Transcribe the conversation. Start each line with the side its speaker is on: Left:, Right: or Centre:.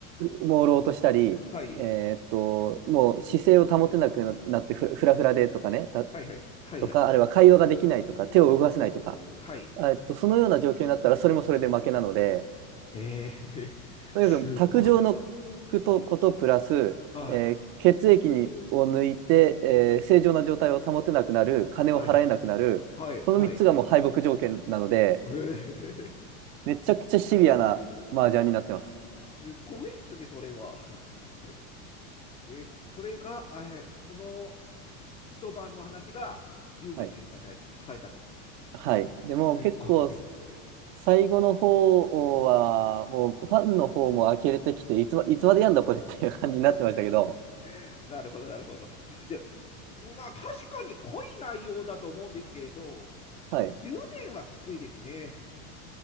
Right: 朦朧としたり、
Left: はい。
Right: えーっと、もう姿勢を保てなくななってふら、ふらふらでとかね、た、
Left: はい。はい。はい。
Right: とか、
Left: はい。
Right: あるいは会話ができないとか、手を動かせないとか、
Left: はい。
Right: えーっと、そのような状況になったら、それもそれで負けなので、
Left: えー、<laughs>
Right: とにかく卓上のことことプラス、
Left: すっごい。はい。
Right: えー血液にを抜いて、えー正常な状態を保てなくなる金を払えなくなるこの3つがもう敗北条件なので
Left: はい。はい。はい。えー、
Right: めちゃくちゃシビアな麻雀になってます。
Left: すごいっすね、それは。<laughs> え、それが、え、その一晩の話が10年連載され、
Right: はい
Left: されたと。
Right: はい、でも結構
Left: すごい。
Right: 最後の方はもうファンの方も呆れてきていつま、いつまでやんだこれっていう感じになってましたけど、
Left: <laughs> なるほど、なるほど。いや、まあ確かに濃い内容だと思うんですけれど、
Right: はい、
Left: 10年はきついですね。